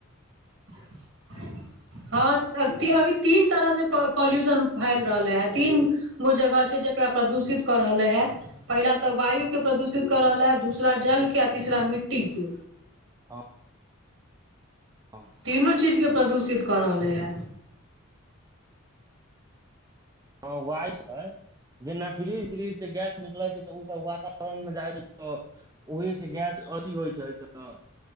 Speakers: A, on the right (about 60°); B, on the right (about 15°).
A: <inaudible> हँ अभी तीन तरहसँ पॉल्यूशन फैल रहलै है, तीन ओ जगह छै जेकरा प्रदूषित कर रहले है, पहिला तऽ वायु के प्रदूषि त कऽ रहल है, दूसरा जल के आ तीसरा मिट्टी के।
B: हँ हँ।
A: तीनू चीज के प्रदूषित कऽ रहले है।
B: हँ वाइस्ट है, जेना फ्रिज त्रिज से गैस निकल तऽ उसभ वातावरण मे जाइ छै, तऽ ओहेसँ गैस अथी होइ छै तऽ